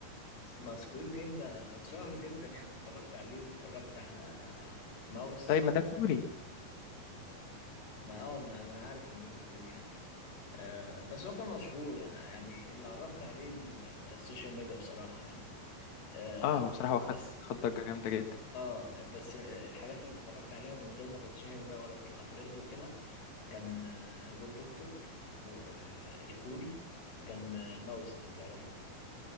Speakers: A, on the left (about 85°); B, on the left (about 55°).
A: ما سكويد جيم ده ده اتشهر جدا يعني اتفرجت عليه واتفرجت على ماوس
B: طيب ما ده كوري
A: ما اه ما انا ما أنا عارف ان هو كوري يعني آه بس هو كان مشهور انا يعني اللي عرفني عليه ال- السوشيال ميديا بصراحة يعني آه
B: اه هو بصراحه هو
A: بس
B: خد خد ضجه جامده جدا
A: اه بس الحاجات اللي اتفرجت عليها من غير ما تتشهر بقى ولا تطلع ترند وكده كان آه، جود دكتور والكوري وكان آه، ماوس لو تعرفه